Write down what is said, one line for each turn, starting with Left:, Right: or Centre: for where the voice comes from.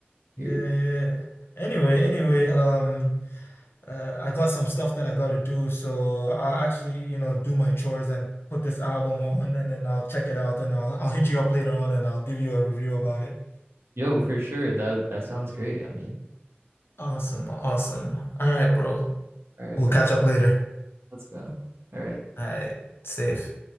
Right: here.
Left: Yeah, yeah. Anyway, anyway, um, uh, I got some stuff that I gotta do, so I'll actually, you know, do my chores and put this album on, and then I'll check it out, and I'll I'll hit you up later on, and I'll give you a review about it.
Right: Yo, for sure. That that sounds great. I mean,
Left: Awesome. Awesome. All right, bro.
Right: all right,
Left: We'll
Right: bro.
Left: catch up later.
Right: Let's go. All right.
Left: All right. Safe.